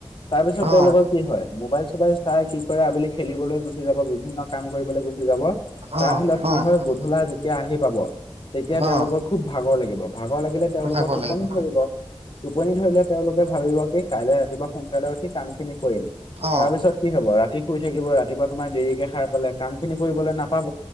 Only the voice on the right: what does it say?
অঁ
অঁ অঁ
অঁ
ভাগৰ
লাগিব হয়
অঁ